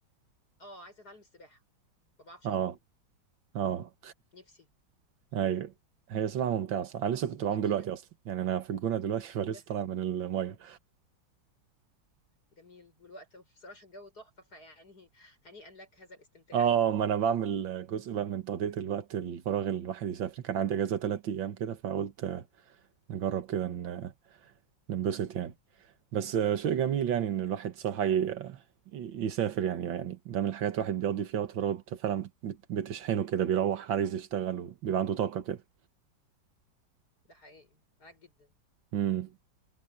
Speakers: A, on the left; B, on the right.
A: اه عايزه اتعلم السباحه ما بعرفش
B: اه
A: اعوم
B: اه
A: نفسي
B: ايوه هي صراحه ممتعه صح انا
A: اه
B: لسه كنت
A: دي
B: بعوم
A: جميله
B: دلوقتي اصلا يعني انا في الجونه دلوقتي <laughs> فلسه
A: به
B: طالع من الميه
A: جميل والوقت <laughs> بصراحه الجو تحفه فيعني هنيئا لك هذا الاستمتاع
B: اه ما انا بعمل جزء بقى من تقضيه الوقت الفراغ اللي الواحد يسافر كان عندي اجازه ثلاث ايام كده فقلت نجرب كده ن- ننبسط يعني بس آه، شيء جميل يعني ان الواحد صراحة ي- آه، ي- يسافر يعني يعني ده من الحاجات الواحد بيقضي فيها وقت فراغه بت- فعلا بت- بت- بتشحنه كده بيروح عايز يشتغل وبيبقى عنده طاقة كده
A: ده حقيقي معاك جدا
B: امم